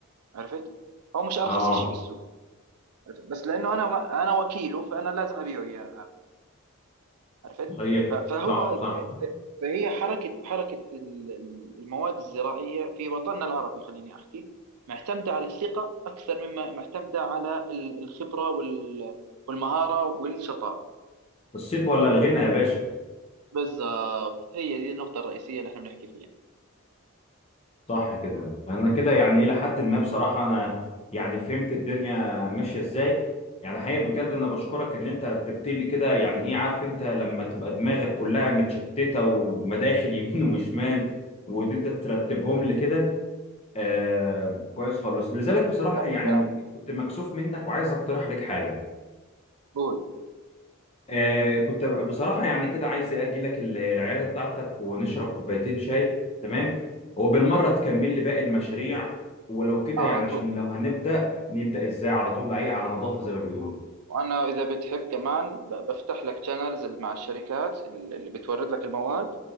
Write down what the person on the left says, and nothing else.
اه
صحيح
صح صح
الصيت ولا الغنى يا باشا
صح كده انا كده يعني الى حد ما بصراحه انا يعني فهمت الدنيا ماشيه ازاي يعني حقيقه بجد انا بشكرك ان انت رتبت لي كده يعني ايه عارف انت لما تبقى دماغك كلها متشتته ومداخل يمين <laughs> وشمال وان انت ترتبهم لي كده آه كويس خالص لذلك بصراحه
يعني
كنت مكسوف منك وعايز اقترح عليك حاجه
آه كنت ب- بصراحة يعني كده عايز إيه، أجي لك ال- العيادة بتاعتك ونشرب كوبايتين شاي تمام وبالمرة تكمل لي باقي المشاريع ولو كده
يعني
عشان لو هنبدأ نبدأ إزاي على طول أي على نظافة زي ما بيقولوا